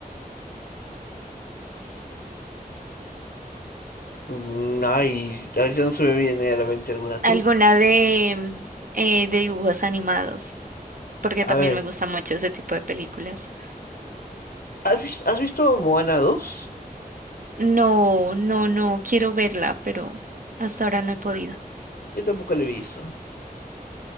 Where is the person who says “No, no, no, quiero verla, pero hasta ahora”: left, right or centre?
Right